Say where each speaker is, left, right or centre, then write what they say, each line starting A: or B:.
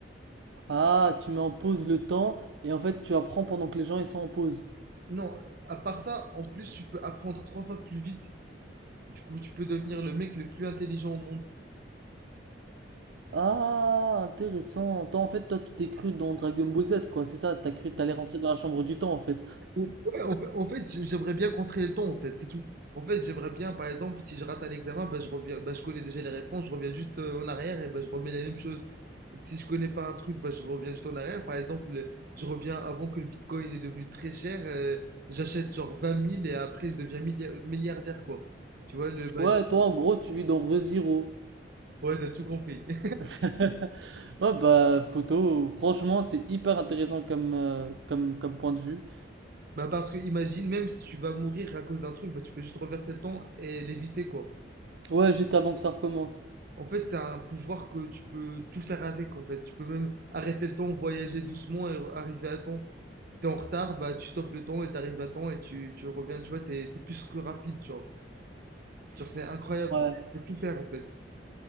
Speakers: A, on the right; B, on the right.
A: Ah, tu mets en pause le temps et en fait tu apprends pendant que les gens ils sont en pause.
B: Non, à part ça, en plus, tu peux apprendre trois fois plus vite Du coup, tu peux devenir le mec le plus intelligent au monde.
A: Ah, intéressant. Toi en fait toi tu t'es cru dans Dragon Ball Z quoi, c'est ça? T'as cru que t'allais rentrer dans la chambre du temps en fait.
B: Ou- Ouais, en fait, en fait, j'aimerais bien contrer le temps, en fait, c'est tout. En fait, j'aimerais bien, par exemple, si je rate un examen, bah, je reviens, bah, je connais déjà les réponses, je reviens juste euh, en arrière et bah, je remets la même chose. Si je connais pas un truc, bah, je reviens juste en arrière. Par exemple, je reviens avant que le Bitcoin est devenu très cher, euh, j'achète genre 20 000 et après je deviens millia- milliardaire, quoi. Tu vois, le bail.
A: Ouais, toi en gros tu vis dans ReZero.
B: Ouais, t'as tout compris. <laughs>
A: <laughs> Ouais bah poto, franchement c'est hyper intéressant comme, euh, comme, comme point de vue.
B: Bah, parce que imagine, même si tu vas mourir à cause d'un truc, bah, tu peux juste reverser le temps et l'éviter, quoi.
A: Ouais, juste avant que ça recommence.
B: En fait, c'est un pouvoir que tu peux tout faire avec, en fait. Tu peux même arrêter le temps, voyager doucement et arriver à temps. T'es en retard, bah tu stoppes le temps et t'arrives à temps et tu, tu reviens, tu vois, t'es t'es plus que rapide, tu vois. Genre, c'est incroyable,
A: Ouais.
B: genre. Tu peux tout faire, en fait.